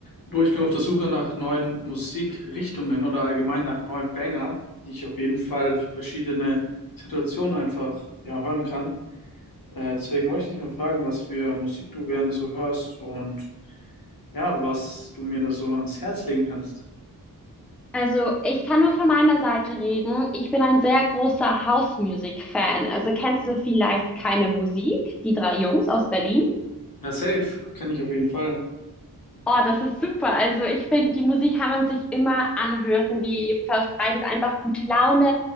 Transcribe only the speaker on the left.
Du, ich bin auf der Suche nach neuen Musikrichtungen oder allgemein nach neuen Banger, die ich auf jeden Fall für verschiedene Situationen einfach ja, hören kann. Äh, deswegen wollte ich dich mal fragen, was für Musik du gerne so hörst und ja, was du mir da so ans Herz legen kannst.
Ja, safe, kenne ich auf jeden Fall.